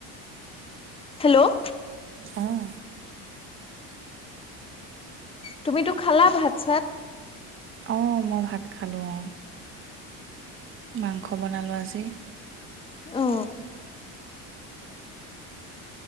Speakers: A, on the left; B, on the right.
A: হেল্ল'
B: আহ
A: তুমিতো খালা ভাত চাত
B: আহ মই ভাঁত খালো অ মাংস বনালো আজি
A: অ